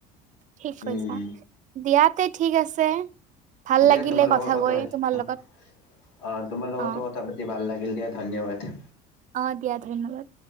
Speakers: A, on the right (about 40°); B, on the left (about 80°).
A: ঠিক কৈছা,
B: উম।
A: দিয়াতে ঠিক আছে। ভাল
B: দিয়
A: লাগিলে
B: তোমাৰ লগত
A: কথা কৈ
B: ক
A: তোমাৰ লগত
B: অ তোমাৰ লগত
A: অ
B: কথা পাতি ভাল লাগিল দিয়া ধন্যবাদ।
A: অ' দিয়া ধন্যবাদ।